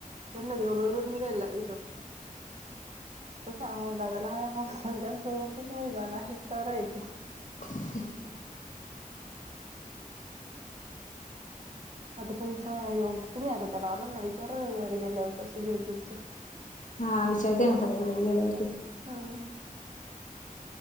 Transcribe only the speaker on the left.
<unintelligible>
हा विचारते ना आता रविवारी गेल्यावरती.